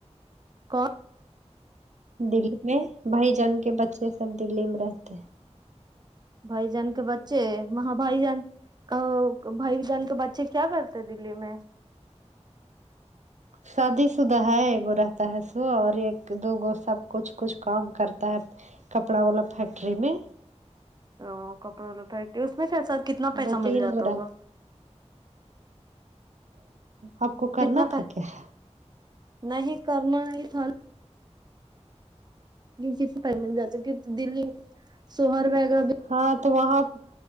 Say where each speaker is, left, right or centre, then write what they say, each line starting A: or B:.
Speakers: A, on the right; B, on the right.
A: کون
B: دلی میں بھائی جان کے بچے سب دلی میں رہتے ہیں
A: بھائی جان کے بچے وہاں بھائی جان کہ بھائی جان کے بچے کیا کرتے دلی میں
B: شادی شدہ ہے وہ رہتا ہے سو اور ایک دو گو سب کچھ کچھ کام کرتا ہے کپڑا والا فیکٹری میں
A: تو کپڑے والا فیکٹری اس میں ایسا کتنا پیسہ
B: دو تین
A: مل جاتا
B: گو
A: ہوگا
B: رہتے ہیں۔ آپ کو
A: کتنا
B: کرنا
A: پ
B: تھا کیا
A: نہیں کرنا ہی تھا کت پ مل جات کی دلی سوہر وگرہ <unintelligible>
B: ہاں تو وہاں